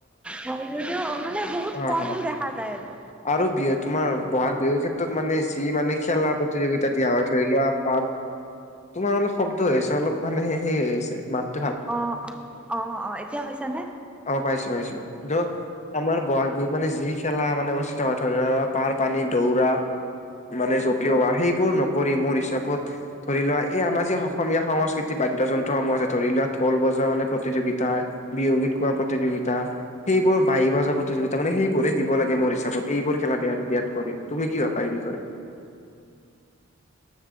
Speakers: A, in the centre; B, on the left.
A: হয় যদিও মানে বহুত
B: হয়
A: কম
B: হয়
A: দেখা যায় আৰু।
B: আৰু বিহু তোমাৰ বহাগ বিহুৰ ক্ষেত্ৰত মানে যি মানে খেলাৰ প্ৰতিযোগিতা দিয়া হয়। ধৰি লোৱা পাৰ, তোমাৰ অলপ শব্দ হৈ আছে, অলপ মানে সেই হৈ আছে মাত।
A: অ', অ', অ', এতিয়া পাইছা নে?
B: অ' পাইছোঁ-পাইছোঁ কিন্তু আমাৰ বহাগ বিহুত মানে যি খেলা মানে থ <unintelligible> পাৰ পানী দৌৰা মানে জপিওৱা, সেইবোৰ নকৰি মোৰ হিচাপত ধৰি লোৱা, এই আমাৰ যি অসমীয়া সংস্কৃতিৰ বাদ্যযন্ত্ৰসমূহ আছে, ধৰি লোৱা ঢোল বজা মানে প্ৰতিযোগিতা বিহুগীত গোৱা প্ৰতিযোগিতা, সেইবোৰ বাহি বজোৱা প্ৰতিযোগিতা মানে সেইবোৰে দিব লাগে মোৰ হিচাপত। এইবোৰ খেলা দিয়াত দিয়াত কৰে। তুমি কি ভাবা এই বিষয়ত?